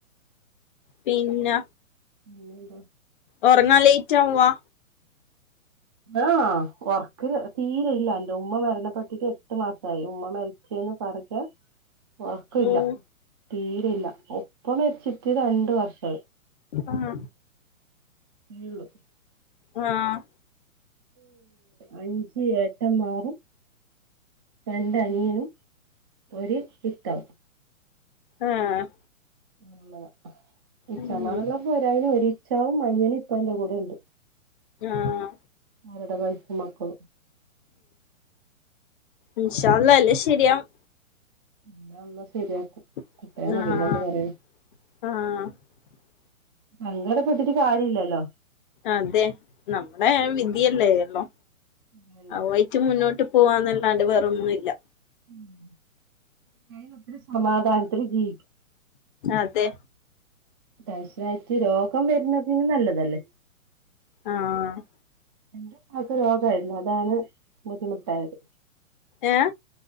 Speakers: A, on the left; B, on the right.
A: പിന്നെ
B: പിന്നെന്താ
A: ഒറങ്ങാ ലേറ്റാവാ
B: ആഹ ഉറക്ക തീരെ ഇല്ലല്ലോ ഉമ്മ മരണ പെട്ടിട്ട് എട്ട് മാസമായി ഉമ്മ മരി <unintelligible> ഉറക്ക ഇല്ല
A: ഉം
B: തീരെ ഇല്ല ഉപ്പ മരിച്ചിട്ട് രണ്ട് വർഷായി
A: ആഹ
B: <unintelligible>
A: ആഹ്
B: അഞ്ച് ഏട്ടന്മാരും രണ്ടനിയനും ഒരു പിത്താവ്
A: ആഹ്
B: നല്ലതാ ഇച്ചമാറല്ലപ്പോ
A: ഉം
B: ഒരാ <unintelligible> ഒരിച്ചാവും <unintelligible> ഇക്കാന്റെ കൂടെ ഉണ്ട്
A: ആഹ്
B: അവരുടെ വൈഫും മക്കളും
A: ഇന്ഷാ അല്ലാഹ് എല്ലാം ശരിയാവും
B: എല്ലാം അല്ലാഹ് ശരിയാക്കും
A: ആഹ്
B: അത്രന്നെ പിന്നെ എന്ത് പറയണ്
A: ആഹ് ആഹ്
B: സങ്കടപ്പെട്ടിട്ട് കാര്യം ഇല്ലല്ലോ
A: അതെ നമ്മടെ വിധിയല്ലേ ഹലോ
B: അതന്നെ
A: അവയിട്ടു മുന്നോട്ട് പോവാന്നല്ലാണ്ട് വേറൊന്നും ഇല്ല
B: ഉം അയ്നൊത്തിരി സ സമാധാനത്തിൽ ജീ
A: അതെ
B: ടെൻഷനായിട്ട് രോഗം വരുന്നതിനും നല്ലതല്ലേ
A: ആഹ്
B: എന്റെ ഉമ്മാക്ക് രോഗായിരുന്നു അതാണ് ബുദ്ധിമുട്ടായത്
A: ഏഹ്?